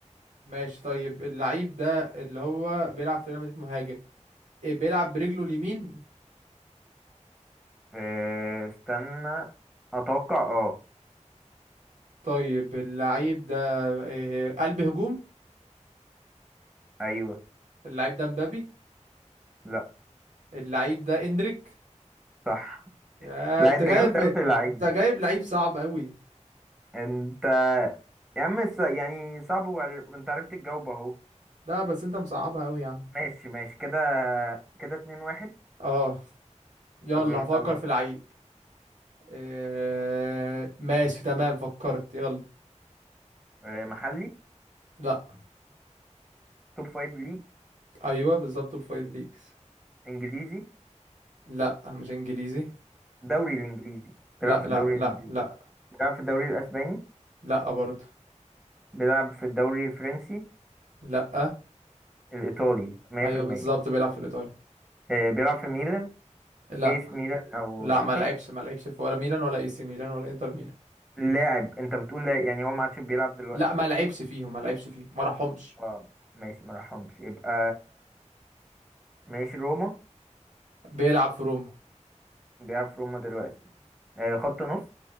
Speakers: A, on the right (about 75°); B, in the centre.
A: ماشي طيب اللعيب ده اللي هو بيلعب في ريال مدريد مهاجم إيه بيلعب برجله اليمين
B: آه استنى اتوقع اه
A: طيب اللعيب ده إيه قلب هجوم
B: ايوه
A: اللعيب ده مبابي
B: لا
A: اللعيب ده اندريك
B: صح
A: آه
B: لا
A: انت
B: انت
A: جايب
B: جامد قوي في اللعيب
A: انت
B: ده
A: جايب لعيب صعب قوي
B: انت يا عم س- يعني صعب وعر- انت عرفت تجاوب اهو
A: لا بس انت مصعبها قوي يا عم
B: ماشي ماشي كده كده اتنين واحد
A: اه يلا
B: طب يلا
A: هفكر
B: اسأل.
A: في لعيب إيه ماشي تمام فكرت يلا
B: آه محلي
A: لا
B: توب فايف ليج
A: ايوه بالظبط فايف ليجز
B: انجليزي
A: لا مش انجليزي
B: دوري الانجليزي بيلعب
A: لا
B: في
A: لا
B: الدوري
A: لا
B: الانجليزي
A: لا
B: بيلعب في الدوري الاسباني
A: لا برضه
B: بيلعب في الدوري الفرنسي
A: لا
B: الايطالي 100%
A: ايوه بالظبط بيلعب في الايطالي
B: آه بيلعب في ميلان
A: لا
B: ايس ميلان او
A: لا
B: انتر
A: ما لعبش ما لعبش في ولا ميلان ولا اي سي ميلان ولا انتر ميلان
B: لاعب انت بتقول لا يعني هو ما عادش بيلعب دلوقتي
A: لا ما لعبش فيهم ما لعبش فيهم ما راحهمش
B: اه ماشي ما راحهمش يبقى ماشي روما
A: بيلعب في روما
B: بيلعب في روما دلوقتي آه خط نص